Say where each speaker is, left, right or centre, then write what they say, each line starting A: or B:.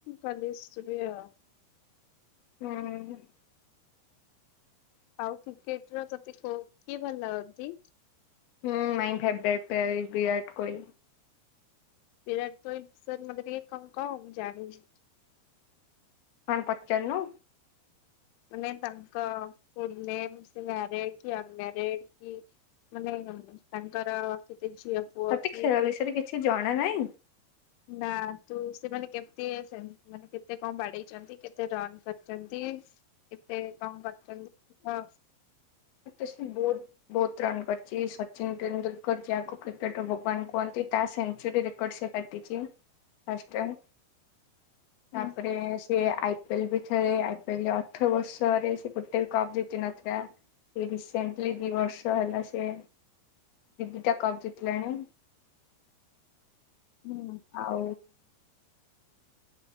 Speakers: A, on the left; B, on the left.
A: କଲେଜ ଯିବି ଆଉ।
B: ହୁଁ ।
A: ଆଉ କ୍ରିକେଟ ର ତତେ କଉ କିଏ ଭଲ ଲାଗନ୍ତି?
B: ହୁଁ ମାଇ ଫେବେରେଟ ବିରାଟ କହଲି।
A: ବିରାଟଙ୍କ ବିଷୟରେ ମତେ ଟିକେ କଣ କ ମୁ ଜାଣିବି।
B: କଣ ପଚାରୁନ?
A: ମାନେ ତାଙ୍କ ଫ ମଡ କି ଅନ ମେରିଡ କି ମାନେ ତାଙ୍କର ଝିଅପୁଅ
B: ତତେ
A: କି
B: ଖେଳ
A: ସେ
B: ବିଷୟରେ କିଛି ଜଣା ନାହିଁ
A: ନା ତୁ ସେମାନେ କେମ ମାନେ କେତେ କଣ ବାଡେଇଛନ୍ତି କେତେ ରନ୍ କରିଛନ୍ତି? ସେ କଣ କରଚନ୍ତି ନ
B: ମୁଁ ତ ସେ ବହୁତ ବହୁତ ରନ୍ କରିଚି। ସଚିନ ତେନ୍ଦୁଲକର ଯାହାକୁ କ୍ରିକେଟର ଭଗବାନ କୁହନ୍ତି ତା ସେଞ୍ଚୁରୀ ରେକର୍ଡ ସେ କାଟିଚି ଫାଷ୍ଟ ଟାଇ।
A: ହୁଁ
B: ତାପରେ ସେ ଆଇ ଇଲରେ ବି ଖେଳେ, ଆଇ ପି ଏଲ୍ ରେ ଅଠର ବର୍ଷରେ ସେ ଗୋଟେ ବି କପ ଜିତି ନଥିଲା। ସେ ରିସେଣ୍ଟଲି ଦି ବର୍ଷ ହେଲା ସେ ଦିଦିଟା କପ୍ ଜିତିଲାଣି।
A: ହୁଁ
B: ଆଉ।